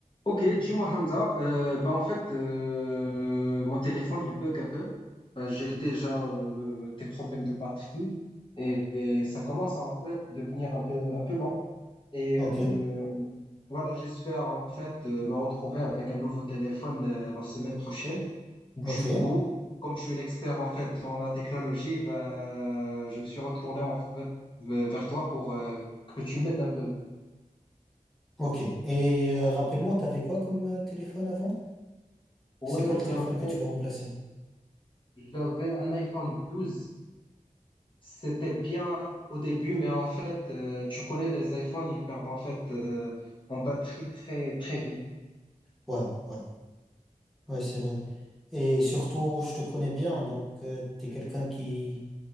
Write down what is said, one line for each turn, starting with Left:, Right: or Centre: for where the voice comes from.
Left: Ok, dis-moi Hamza, euh, bah en fait, euh, mon téléphone il bug un peu. Euh, j'ai déjà euh, des problèmes de batterie et, et ça commence à en fait devenir un peu, un peu lent. Et
Centre: Ok,
Left: euh, voilà, j'espère en fait euh, me retrouver avec un nouveau téléphone euh, la semaine prochaine. Du
Centre: ok,
Left: coup, comme tu es l'expert en fait dans la technologie, bah, je me suis retourné en fait v- vers toi pour euh, que tu m'aides un peu.
Centre: ok. Et euh, rappelle-moi, t'avais quoi comme euh, téléphone avant?
Left: Ouais,
Centre: C'est quoi le
Left: j'avais,
Centre: téléphone que tu veux remplacer?
Left: j'avais un iPhone douze. C'était bien au début, mais en fait, euh, tu connais les iPhones, ils perdent en fait euh, en batterie très très vite.
Centre: Ouais, ouais, ouais, c'est vrai. Et surtout, je te connais bien, donc tu t'es quelqu'un qui